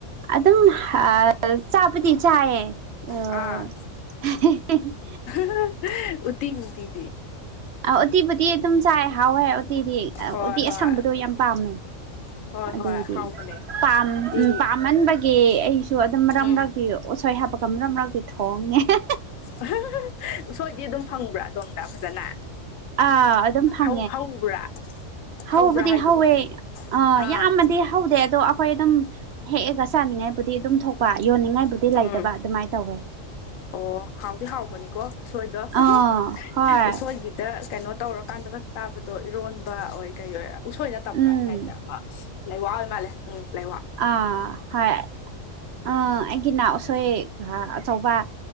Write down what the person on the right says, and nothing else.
ꯑꯗꯨꯝ ꯑ ꯆꯥꯕꯗꯤ ꯆꯥꯏꯌꯦ ꯑ
<unintelligible>
ꯑꯧ ꯎꯇꯤꯕꯨꯗꯤ ꯑꯗꯨꯝ ꯆꯥꯏ ꯍꯥꯎꯋꯦ ꯎꯇꯤꯗꯤ ꯑ
ꯎꯇꯤ
ꯑꯁꯪꯕꯗꯣ ꯌꯥꯝ ꯄꯥꯝꯃꯦ
ꯑꯗꯨꯕꯨꯗꯤ
ꯄꯥꯝ
ꯎꯝ ꯄꯥꯝꯃꯟꯕꯒꯤ ꯑꯩꯁꯨ ꯑꯗꯨꯝ ꯃꯔꯛ
ꯃꯔꯛ ꯎꯁꯣꯏ ꯍꯥꯄꯒ ꯃꯔꯛ ꯃꯔꯛꯇꯤ ꯊꯣꯡꯉꯦ <unintelligible>
ꯑꯥ ꯑꯗꯨꯝ ꯐꯪ
ꯍꯧꯕꯗꯤ
ꯍꯧꯋꯦ ꯑ
ꯌꯥꯝꯃꯗꯤ ꯍꯧꯗꯦ ꯑꯗꯣ ꯑꯩꯈꯣꯏ ꯑꯗꯨꯝ꯫ ꯍꯦꯛꯑꯒ ꯆꯥꯅꯤꯡꯉꯥꯏꯕꯨꯗꯤ ꯑꯗꯨꯝ ꯊꯣꯛꯄ ꯌꯣꯟꯅꯤꯡꯉꯥꯏꯕꯨꯗꯤ ꯂꯩꯇꯕ
ꯑꯗꯨꯃꯥꯏꯟ ꯇꯧꯋꯦ꯫
ꯑꯥ ꯍꯣꯏ
ꯎꯝ
ꯑꯥ ꯍꯣꯏ ꯑꯥ ꯑꯩꯒꯤ ꯅ ꯎꯁꯣꯏ ꯑꯆꯧꯕ꯫